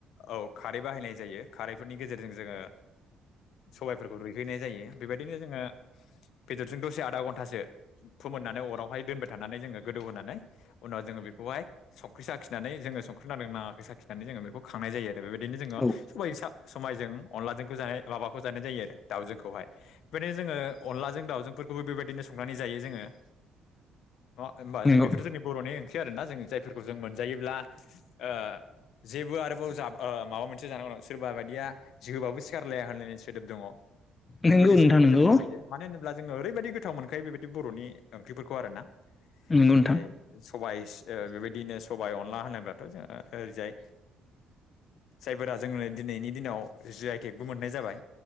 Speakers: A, on the left; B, on the left.
A: औ खारै बाहायनाय जायो खारैफोरनि गेजेरजों जोङो सबायफोरखौ रुय हैैनाय जायो बेबायदिनो जोङो बेदरजों दसे आधा घन्टासो फोमोननानै अरावहाय दोनबाय थानानै जोङो गोदौ होनानै उनाव जोङो बेखौहाय संख्रि साखिनानै जोङो संख्रि नांदों नाङा खिनानै जोङो बेखौ खांनाय जायो आरो बेबायदिनो जोङो
B: औ
A: सबायजो सा समायजों अनलाजोंखौ जानाय माबा जानाय जायो आरो दाउजोंंखौहाय बेनो जोङो अनलाजों दावजोंफोरखौबो बेबायदिनो संनानै जायो जोङो नङा होमबा
B: नंगौ
A: जों बेफोर जोंनि बर'नि ओंख्रि आरोना जों जायफोरखौ जों मोनजायोब्ला ओ जेबो आरोबाव जाब ओ माबा मोनसे जानांगौ सोरबा बायदिया जिहोबाबो सिखारलाया होन सोदोब दङ' बेफोरबायदि
B: नंगौ नोंथां
A: सोदोबखौ
B: नंगौ
A: जों बाहायो मानो होन ब्ला जोङो ओरैबायदि गोथाव मोनखायो बेबायदि बर'नि ओंख्रिफोरखौ आरोना
B: नंगौ नोंथां
A: <unintelligible> सबायस ओ बेबायदिनो सबाय अनला होनोब्लाथ' जोङो ओरैजाय जायफोरा जोंनो दिनैनि दिनाव जि आइ टेगबो मोननाय जाबाय